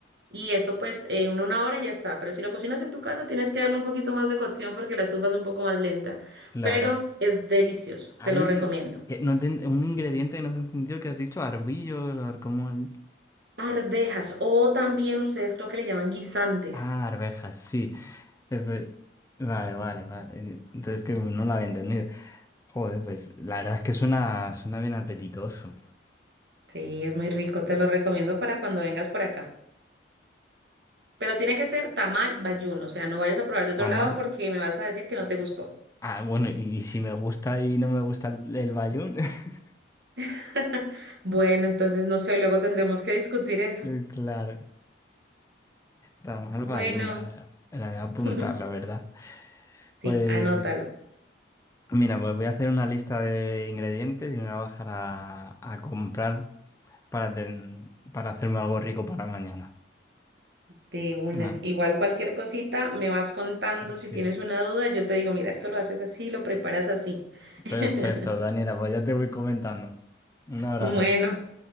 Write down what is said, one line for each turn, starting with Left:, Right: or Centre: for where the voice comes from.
Right: y eso pues en una hora ya está. Pero si lo cocinas en tu casa, tienes que darle un poquito más de cocción porque la estufa es un poco más lenta,
Left: Claro,
Right: pero es delicioso,
Left: Ha
Right: te
Left: habido
Right: lo recomiendo.
Left: un, que no te- un ingrediente que no te he entendido que has dicho, arbillo, ar- ¿cómo? es?
Right: Arvejas o también ustedes creo que le llaman guisantes.
Left: Ah, arvejas, sí. Eh, pe- Vale, vale, vale. Eh, Entonces que no lo había entendido. Joder, pues la verdad es que suena, suena bien apetitoso.
Right: Sí, es muy rico, te lo recomiendo para cuando vengas por acá. Pero tiene que ser tamal bayuno, o sea, no vayas a probar de otro
Left: Tan
Right: lado
Left: mal.
Right: porque me vas a decir que no te gustó.
Left: Ah, bueno, y, y si me gusta y no me gusta el, el bayún, <laughs>
Right: <laughs> Bueno, entonces no sé, luego tendremos que discutir eso.
Left: eh, claro. Tan mal
Right: Bueno,
Left: bayún, me la, voy a me la voy a apuntar,
Right: <laughs>
Left: la verdad.
Right: sí,
Left: Pues
Right: anótalo
Left: mira, pues voy a hacer una lista de ingredientes y me voy a bajar a, a comprar. para, ten- para hacerme algo rico para mañana.
Right: de una.
Left: Ah,
Right: Igual cualquier cosita me vas contando,
Left: sí,
Right: si tienes una duda, yo te digo, mira, esto lo haces así, lo preparas así. <laughs>
Left: perfecto, Daniela, pues ya te voy comentando. Un abrazo.
Right: Bueno,